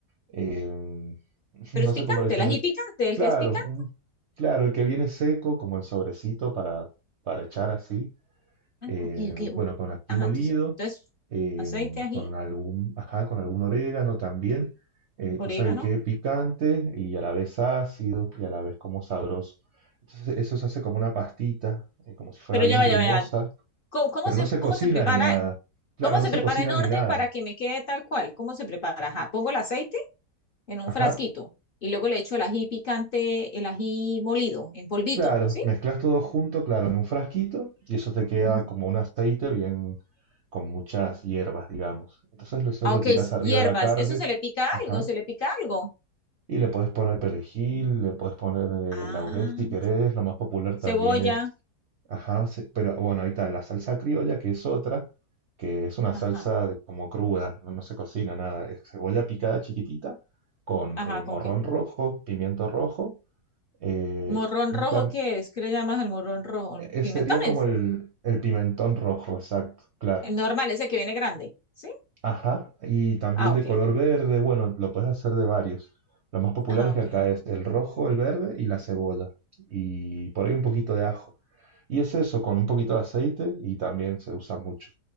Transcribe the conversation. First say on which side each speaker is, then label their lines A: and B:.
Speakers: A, on the right; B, on the left.
A: em, <laughs>
B: Pero
A: no
B: es
A: sé
B: picante,
A: cómo lo dicen
B: el ají picante, el
A: Claro,
B: que es picante.
A: un- claro, el que viene seco, como el sobrecito para, para echar así,
B: Ah,
A: eh,
B: no, ok, ok.
A: bueno, con ají
B: Ajá,
A: molido,
B: entonces, entonces
A: eh,
B: aceite, ají,
A: con algún, ajá, con algún orégano también, eh,
B: orégano.
A: cosa que quede picante y a la vez ácido y a la vez como sabroso. Entonces eso se hace como una pastita, eh, como si fuera
B: Pero
A: bien
B: ya vaya,
A: grumosa,
B: vaya. ¿Cómo, cómo
A: pero
B: se,
A: no se
B: cómo
A: cocina
B: se prepara?
A: ni nada. Claro,
B: ¿Cómo
A: no
B: se
A: se
B: prepara
A: cocina
B: en orden
A: ni nada.
B: para que me quede tal cual? ¿Cómo se prepara? Ajá, pongo el aceite en un
A: Ajá,
B: frasquito y luego le echo el ají picante, el ají molido, en polvito,
A: Claro,
B: ¿sí?
A: mezclas todo junto, claro, en un frasquito y eso te queda
B: Ujú.
A: como un aceite bien con muchas hierbas, digamos. Entonces lo- eso
B: Ah,
A: lo
B: ok,
A: tiras arriba
B: hierbas.
A: de la carne,
B: ¿Eso se le pica
A: ajá,
B: algo? ¿Se le pica algo?
A: y le puedes poner perejil, le puedes poner eh,
B: Ah.
A: laurel si querés, lo más popular también
B: cebolla,
A: es, ajá, se- pero bueno, ahí está la salsa criolla que es otra, que es una
B: ajá,
A: salsa de- como cruda, no no se cocina nada, es cebolla picada chiquitita con
B: ajá,
A: eh,
B: ¿con
A: morrón
B: qué?
A: rojo, pimiento rojo. Eh,
B: Morrón
A: y
B: rojo,
A: tam-
B: ¿qué es? ¿Qué le llamas al morrón rojo?
A: Eh,
B: Pimentones,
A: sería como el, el pimentón rojo, exacto, claro.
B: el normal, ese que viene grande, ¿sí?
A: Ajá, y también
B: Ah,
A: de
B: ok,
A: color verde, bueno, lo puedes hacer de varios. Lo más populares
B: ah,
A: que
B: ok.
A: acá es el rojo, el verde y la cebolla. Y por ahí un poquito de ajo. Y es eso, con un poquito de aceite y también se usa mucho.